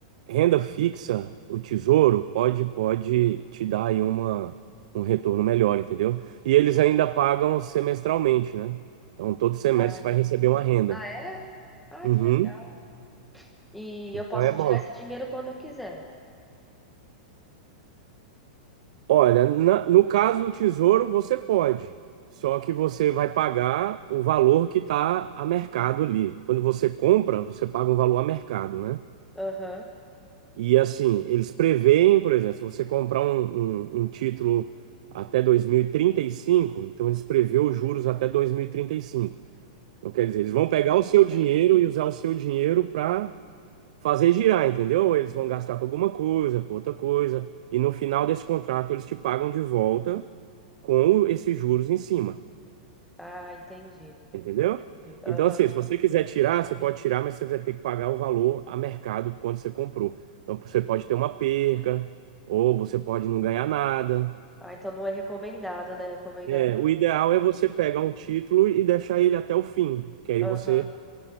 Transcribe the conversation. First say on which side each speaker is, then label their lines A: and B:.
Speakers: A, on the right (about 60°); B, in the centre.
A: renda fixa, o Tesouro, pode, pode te dar aí uma, um retorno melhor, entendeu? E eles ainda pagam semestralmente, né? Então, todo semestre
B: Ah,
A: você
B: entendi.
A: vai receber uma renda.
B: Ah, é? Ah,
A: Uhum,
B: que legal. E
A: então
B: eu posso
A: é bom.
B: tirar esse dinheiro quando eu quiser.
A: Olha, na- no caso do Tesouro, você pode. Só que você vai pagar o valor que está a mercado ali. Quando você compra, você paga um valor a mercado, né?
B: Aham.
A: E assim, eles preveem, por exemplo, se você comprar um, um, um título até dois mil e trinta e cinco então eles prevê os juros até dois mil e e trinta e cinco Então, quer dizer, eles vão pegar o seu
B: Entendi.
A: dinheiro e usar o seu dinheiro para fazer girar, entendeu? Eles vão gastar com alguma coisa, com outra coisa, e no final desse contrato eles te pagam de volta com esses juros em cima.
B: Ah, entendi.
A: Entendeu? Então,
B: Aham.
A: assim, se você quiser tirar, você pode tirar, mas você vai ter que pagar o valor a mercado quando você comprou. Então, você pode ter uma perca, ou você pode não ganhar nada.
B: Ah, então não é recomendado, né? Recomendado.
A: É, o ideal é você pegar um título e deixar ele até o fim, que aí
B: Aham.
A: você,